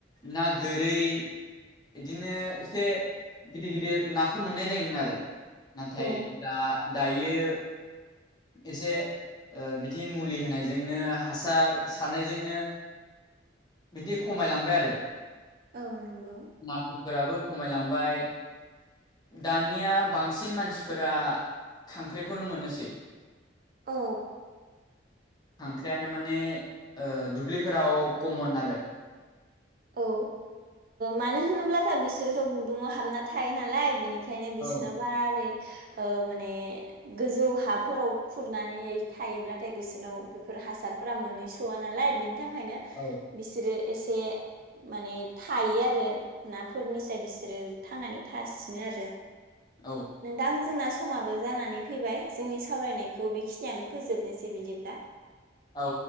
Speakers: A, on the left; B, on the right.
A: ना गोरै बिदिनो एसे गिदिर गिदिर नाखौ मोननाय जायोमोन आरो नाथाय
B: औ
A: दा दायो एसे बिदि मुलि होनायजोंनो हासार सारनायजोंनो। बिदि खमायलांबाय आरो
B: औ नंगौ
A: नाथुर फोराबो खमायलांबाय दानिया बांसिन मानसिफोरा खांख्राइखौनो मोननोसै।
B: औ।
A: खांख्रायानो माने दुब्लिफोराव कमन आरो
B: औ मानो होनोब्लाथाया बिसोरोथ' गुदुंङाव हाबना थायो नालाय बेनिखायनो। बेखायनो बिसोरनााव
A: औ
B: बारा ओरै माने। गोजौ हाफोराव खुरनानै थायोब्लाथाय बिसोरनाव बेफोर हासार। फुरा मोनहैस' नालाय बेनि थाखायनो
A: औ।
B: बिसोरो एसे माने थायो आरो नाफोरनिफ्राय बिसोरो। थांनानै थासिनो आरो।
A: औ।
B: नोंदां जोंना समाबो जानानै फैबाय जोंनि सावरायनायखौ बेखिनियानो फोजोबनोसै बिदि दा
A: औ।